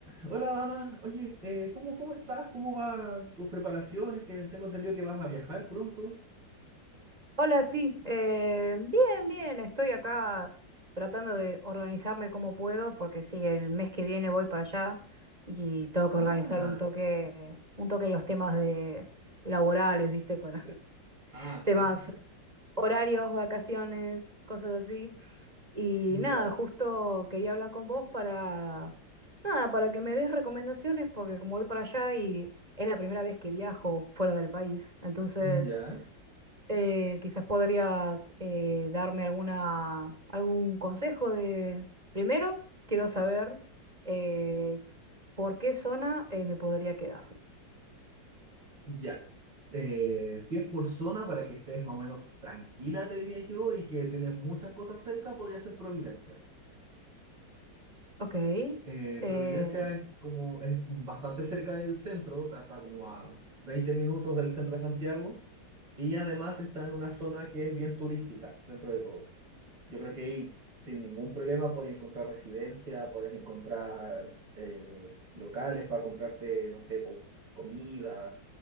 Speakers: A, on the right; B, on the right.
A: Hola Dana, oye, eh, ¿cómo, cómo estás? ¿Cómo van tus preparaciones? Que tengo entendido que vas a viajar pronto.
B: Hola, sí. eh, bien, bien. Estoy acá tratando de organizarme como puedo, porque sí, el mes que viene voy para allá y tengo que
A: Ah,
B: organizar un toque, un toque los temas de laborales, ¿viste? Para <laughs>
A: ah, claro,
B: temas horarios, vacaciones, cosas así. Y
A: <laughs>
B: nada,
A: ya,
B: justo quería hablar con vos para, nada, para que me des recomendaciones, porque como voy para allá y es la primera vez que viajo fuera del país, entonces
A: ya,
B: eh, quizás podrías eh, darme alguna, algún consejo de... Primero, quiero saber eh, por qué zona eh, me podría quedar.
A: ya. Eh, si es por zona, para que estés más o menos tranquila, te diría yo, y que tienes muchas cosas cerca, podría ser Providencia.
B: Ok.
A: Eh,
B: eh,
A: Providencia es como, es bastante cerca del centro, o sea, está como a 20 minutos del centro de Santiago, y además está en una zona que es bien turística dentro de todo. Yo creo que ahí sin ningún problema podías encontrar residencia, podías encontrar eh, locales para comprarte, no sé, pues, comida,